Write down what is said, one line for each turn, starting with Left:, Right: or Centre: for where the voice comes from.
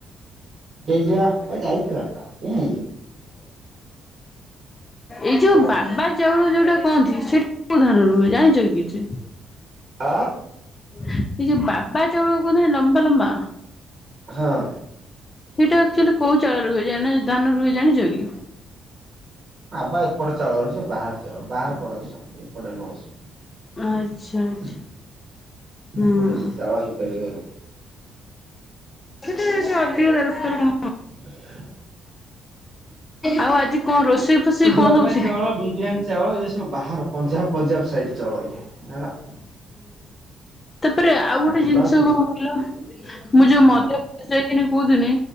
Right: ହେଇଯିବା ଏ ଯାଇଥିଲା କଣ ହେଇଚି।
Left: ଏଇ
Right: ହ୍ୟାଲୋ
Left: ଯୋଉ ବାବା ଚାଉଳ ଯୋଉଟା କହନ୍ତି ସେ କୋଉ ଧାନରୁ ହୁଏ ଜାଣିଚ କି କିଛି?
Right: ଆ।
Left: ଏଇ ଯୋଉ ବାବା ଚାଉଳ କୁହନ୍ତିନି ଲମ୍ବା ଲମ୍ବା।
Right: ହଁ।
Left: ସେଇଟା ଆକ୍ଚୁଆଲି କୋଉ ଚାଉଳ ରେ ହୁଏ ଯାନ ଧାନରୁ ହୁଏ ଜାଣିଚ କି?
Right: ନା ବା ଏପଟ ଚାଉଳ ନୁହେ ସେ ବାହାର ଚାଉଳ ବାହାର ପ୍ରଡକ୍ସନ ଏପଟେ ନୁହଁ ସିଏ।
Left: ଆଚ୍ଛା ଆଚ୍ଛା। ହୁଁ।
Right: ଏପଟେ ସେ ଚାଉଳ ହେଇପାରିବନି। <inaudible>
Left: ସେଟା ଟିକେ ଅଧିକ ଦରକାର କ
Right: ହ <inaudible>
Left: ଆଉ ଆଜି କଣ ରୋଷେଇ? ଫୋଷେଇ
Right: ବାପାଇ
Left: କଣ ସବୁ ଶିଖି
Right: ଚାଉଳ, ବିରିୟାନୀ ଚାଉଳ ଏଇ ସବୁ ବାହାର ପଞ୍ଜାବ। ପଞ୍ଜାବ ସାଇଡ ଚାଉଳ ଇଏ ହେଲା।
Left: ତାପରେ ଆଉ
Right: ଷାଠିଏ
Left: ଗୋଟେ ଜିନଷ
Right: ଟଙ୍କା କି
Left: କଣ କହିଲ ମୁଁ ଯୋଉ
Right: ହଁ
Left: ମଧ୍ୟ ପ୍ରଦେଶ ଯାଇଥିନି କୋଉଥିନି